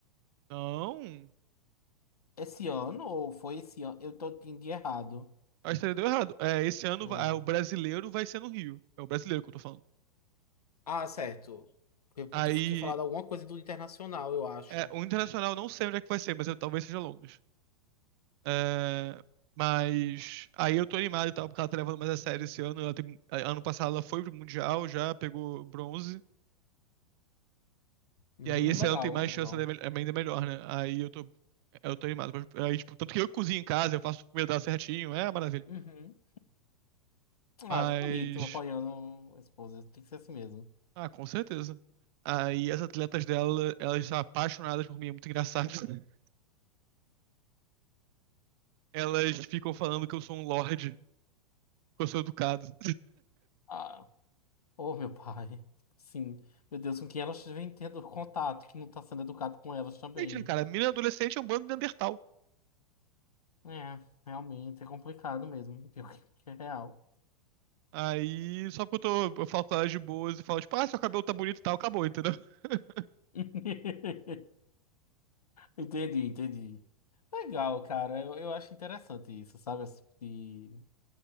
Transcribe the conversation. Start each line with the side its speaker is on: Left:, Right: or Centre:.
Right: Não.
Left: Esse ano ou foi esse ano? Eu tô entendi errado.
Right: Acho que deu errado. É, esse ano
Left: Hum.
Right: vai- ah, o brasileiro vai ser no Rio. É o brasileiro que eu tô falando.
Left: Ah, certo. Eu,
Right: Aí
Left: tu tinha falado alguma coisa do internacional, eu acho.
Right: É, o internacional eu não sei onde é que vai ser, mas eu, talvez seja Londres. É, mas aí eu tô animado e tal, porque ela tá levando mais a sério esse ano. Ela tem- ano passado ela foi pro Mundial já, pegou bronze.
Left: Hum,
Right: E aí esse
Left: legal,
Right: ano tem mais
Left: legal.
Right: chance, ela é é ainda melhor, né? Aí eu tô, eu tô animado. Aí, tipo, tanto que eu cozinho em casa, eu faço comida dela certinho, é uma maravilha.
Left: Uhum.
Right: Mas,
Left: Ah, que bonito, apoiando a esposa. Tem que ser assim mesmo.
Right: ah, com certeza. Aí as atletas dela, elas são apaixonadas por mim, é muito engraçado. <laughs> Elas ficam falando que eu sou um lorde, que eu sou educado. <laughs>
Left: Ah, oh, meu pai. Sim. Meu Deus, com quem elas vêm tendo contato, que não tá sendo educado com elas também.
Right: Gente, né, cara, menina adolescente é um bando de Neandertal.
Left: É, realmente é complicado mesmo. <laughs> Pior que que é real.
Right: Aí, só que eu tô, eu falo com elas de boas e falo, tipo, ah, seu cabelo tá bonito e tal, acabou, entendeu? <laughs>
Left: <laughs> Entendi, entendi. Legal, cara. Eu, eu acho interessante isso, sabe? Esse tipo De,